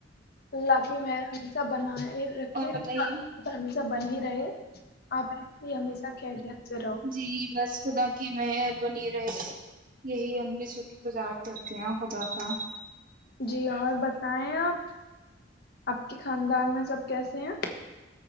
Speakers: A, on the left; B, on the right.
A: اللہ کی میں ہمیشہ بن رکھے
B: اور بتائیے
A: سب بن ہی رہے آپ ای ہمیشہ کہ دت سے رہو
B: جی بس خدا کی مہر بنی رہے یہی ہم بھی شکر گزار کرتے ہیں خدا کا
A: جی اور بتائیں آپ آپ کے خاندان میں سب کیسے ہیں